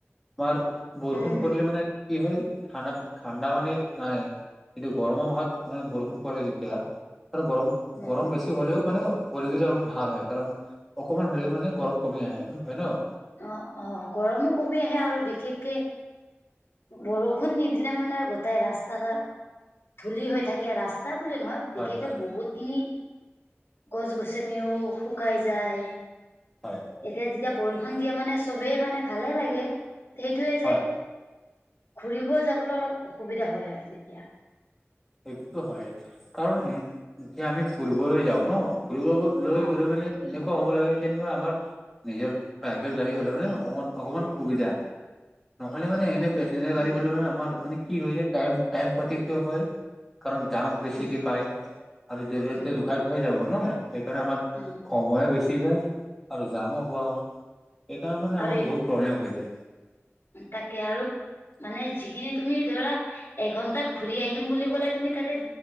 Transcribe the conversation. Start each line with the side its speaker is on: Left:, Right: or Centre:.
Centre: তোমাৰ বৰষুণ
Left: উম
Centre: পৰিলে মানে কি হয় ঠা ঠাণ্ডা মানে নাই কিন্তু, গৰমৰ মাহত মান বৰষুণ পৰে যেতিয়া গৰম
Left: উম
Centre: গৰম বেছি হ'লেও মানে পৰি দিলে অলমান ভাল হয়, কাৰণ অকমান হ'লেও মানে গৰম কমি আহে ন হয় নে ন?
Left: অ অ', গৰমো কমি আহে আৰু বিশেষকে বৰষুণ নিদিলে মানে গোটাই ৰাস্তা ঘাট ধূলি হৈ থাকে, ৰাস্তা বোলি নহয়
Centre: হয়
Left: বিশেষকে
Centre: হয়
Left: বহুত খিনি গছ গছনিও শুকাই যায়।
Centre: হয়
Left: এতিয়া যেতিয়া বৰষুণ দিয়ে মানে চবেই মানে ভালে লাগে, সেইটোৱে
Centre: হয়
Left: যে ঘুৰিব যাবলৈ অলপ অসুবিধা হয় আৰু তেতিয়া।
Centre: সেইটোটো হয় কাৰণ, উম যে আমি ফুৰিবলৈ যাওঁ ন ফুৰিব লৈ
Left: অ
Centre: গ'লে মানে এনেকুৱা হ'ব লাগে যেন মই আমাৰ নিজৰ প্ৰাইভেট গাড়ী হ'লে মানে অ অকমান সুবিধা, নহ'লে মানে এনেে পেঞ্জাৰ
Left: উম
Centre: গাডী গ'লে আমাৰ মানে কি হয়, টাইম ক্ষতি কিয় হয় কাৰণ জাম বেছিকে
Left: উম
Centre: পায়, আৰু য'তে ত'তে
Left: উম
Centre: দুুখাই দুুখাই যাব ন সেইকাৰণে আমাৰ
Left: উম
Centre: সময়ো বেছি যায় আৰু জামো হোৱা হয়, সেইকাৰণে মানে
Left: আৰু
Centre: আমাৰ বহুত প্ৰব্লেম হৈ যায়
Left: তাকে আৰু মানে যিখিনি তুমি ধৰা এঘন্টাত ঘূৰি আহিম বুলি ক'লে তুমি তাতে